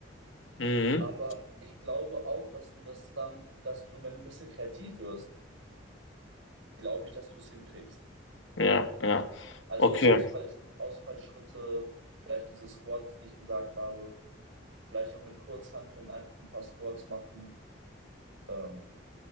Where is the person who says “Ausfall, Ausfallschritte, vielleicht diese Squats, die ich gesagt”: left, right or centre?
Right